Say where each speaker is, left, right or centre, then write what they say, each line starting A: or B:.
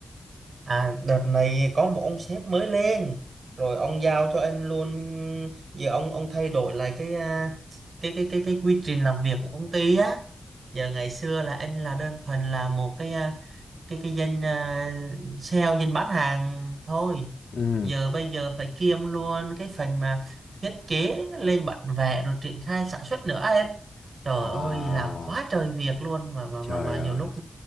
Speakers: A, on the right; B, on the left.
A: À, đợt này có một ông sếp mới lên rồi ông giao cho anh luôn giờ ông ông thay đổi lại cái à, cái cái cái cái quy trình làm việc của công ty á giờ ngày xưa là anh là đơn thuần là một cái ờ, cái cái danh uh, sale danh bán hàng thôi
B: Ừ.
A: giờ bây giờ phải kiêm luôn cái phần mà thiết kế lên bản vẽ rồi triển khai sản xuất nữa em trời
B: À,
A: ơi làm quá trời việc luôn mà mà
B: trời
A: mà, mà
B: ơi.
A: nhiều lúc